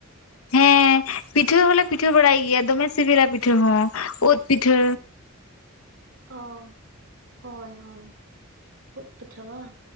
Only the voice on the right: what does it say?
ᱚ ᱦᱳᱭ ᱦᱳᱭ ᱩᱫ ᱯᱤᱴᱷᱟᱹᱣᱟ ᱵᱟᱝ